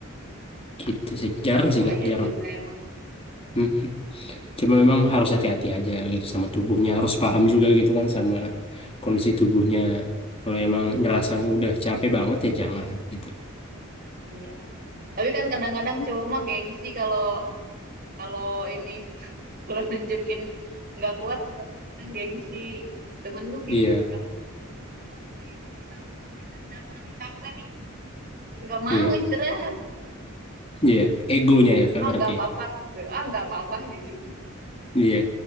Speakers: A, on the left; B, on the right.
A: gitu sih
B: ya
A: jarang sih
B: bahaya
A: kak jarang
B: juga emang
A: Mm-mm. cuma memang harus hati-hati aja gitu sama tubuhnya harus paham juga gitu kan sama kondisi tubuhnya kalau emang ngerasa
B: Hmm,
A: udah capek banget ya jangan gitu
B: iya tapi kan kadang-kadang cowok mah gengsi kalau kalau ini <laughs> kalau nunjukin nggak kuat suka kadang-kadang gengsi temen gue gitu
A: iya
B: tuh kalau lagi futsal tuh dia udah kelihatan nih capek nih nggak mau
A: iya
B: istirahat
A: iya egonya ya kak
B: ah
A: berarti
B: nggak apa-apa
A: ya.
B: ah nggak apa-apa gitu
A: iya